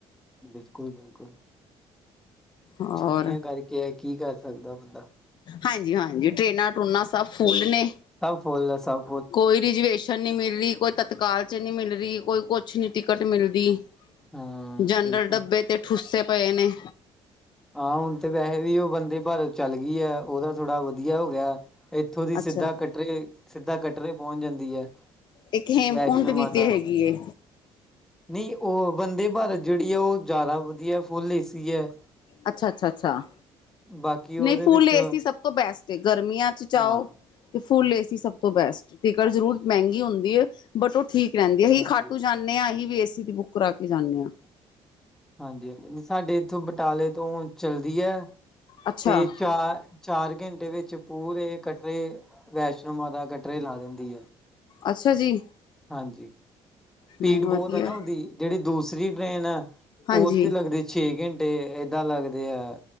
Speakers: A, in the centre; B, on the left.
A: ਬਿਲਕੁਲ, ਬਿਲਕੁਲ।
B: ਔਰ
A: ਛੁੱਟੀਆਂ ਕਰਕੇ ਐ, ਕੀ ਕਰ ਸਕਦਾ ਬੰਦਾ।
B: ਹਾਂਜੀ, ਹਾਂਜੀ ਟਰੇਨਾਂ ਟਰੂਨਾ ਸਭ ਫੁੱਲ ਨੇ।
A: ਸਵ ਫੁੱਲ ਐ ਸਵ
B: ਕੋਈ ਰਿਜਵੇਸ਼ਨ ਨੀ ਮਿਲ ਰੀ, ਕੋਈ ਤਤਕਾਲ ਚ ਨੀ ਮਿਲ ਰੀ, ਕੋਈ ਕੋੱਛ ਨੀ ਟਿਕਟ ਮਿਲਦੀ।
A: ਹਾਂ
B: ਜਨਰਲ
A: ਬਿਲਕੁਲ
B: ਡੱਬੇ ਤੇ ਠੁੱਸੇ ਪਏ ਨੇ
A: ਹਾਂ, ਹੁਨ ਤੇ ਵੈਹੇ ਵੀ ਓ ਵਂਦੇ ਭਾਰਤ ਚੱਲ ਗੀ ਐ ਓਦਾ ਥੋੜਾ ਵਦੀਆ ਹੋ ਗਿਆ। ਐਥੋਂ ਦੀ ਸਿੱਧਾ
B: ਅੱਛਾ।
A: ਕਟਰੇ, ਸਿੱਧਾ ਕਟਰੇ ਪੋਂਚ ਜਾਂਦੀ ਐ।
B: ਇੱਕ ਹੇਮਕੁੰਡ
A: ਵੈਸ਼ਨੋ ਮਾਤਾ
B: ਵੀ ਤੇ ਹੈਗੀ ਏ।
A: ਨਈ, ਓ ਵਂਦੇ ਭਾਰਤ ਜੇੜੀ ਐ ਓ ਜਾਦਾ ਵਦੀਐ, ਫੁੱਲ ਏ-ਸੀ ਐ।
B: ਅੱਛਾ, ਅੱਛਾ, ਅੱਛਾ
A: ਬਾਕੀ ਉਹਦੇ
B: ਨਈ ਫੁੱਲ
A: ਵਿੱਚ
B: ਏ-ਸੀ ਸਭ ਤੋ ਬੈਸਟ ਏ ਗਰਮੀਆਂ ਚ ਜਾਓ
A: ਹਾਂ
B: ਤੇ ਫੁੱਲ ਏ-ਸੀ ਸਭ ਤੋ ਬੈਸਟ, ਟਿਕਟ ਜ਼ਰੂਰ ਮੈਂਗੀ ਹੁੰਦੀ ਏ ਬਟ ਓ ਠੀਕ ਰੈਂਦੀ ਏ‌। ਅਹੀ
A: ਹਾਂਜੀ
B: ਖਾਟੂ ਜਾਨੇ ਆਂ, ਅਹੀ ਵੀ ਏ-ਸੀ ਦੀ ਬੁੱਕ ਕਰਾਕੇ ਜਾਨੇ ਆਂ।
A: ਹਾਂਜੀ, ਹਾਂਜੀ ਸਾਡੇ ਏਥੋ ਬਟਾਲੇ ਤੋ ਚਲਦੀ ਐ,
B: ਅੱਛਾ,
A: ਤੇ ਚਾਰ ਚਾਰ ਘੈਂਟੇ ਵਿੱਚ ਪੂਰੇ ਕਟਰੇ, ਵੈਸ਼ਨੋ ਮਾਤਾ ਕਟਰੇ ਲਾ ਦੇਂਦੀ ਐ।
B: ਅੱਛਾ ਜੀ।
A: ਹਾਂਜੀ, ਸਪੀਡ
B: ਨਹੀਂ ਵਧੀਆ
A: ਬੋਤ ਐ ਨਾ ਓਦੀ ਜੇੜੀ ਦੂਸਰੀ ਟਰੇਨ ਐ
B: ਹਾਂਜੀ
A: ਓ ਤੇ ਲੱਗਦੇ ਛੇ ਘੈਂਟੇ, ਏਦਾ ਲੱਗਦੇ ਐ